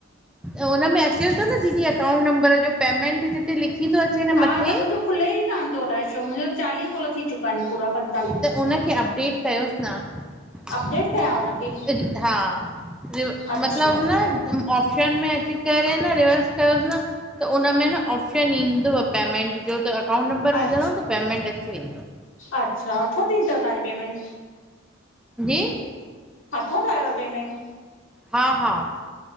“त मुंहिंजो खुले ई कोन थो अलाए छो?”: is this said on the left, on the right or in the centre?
Left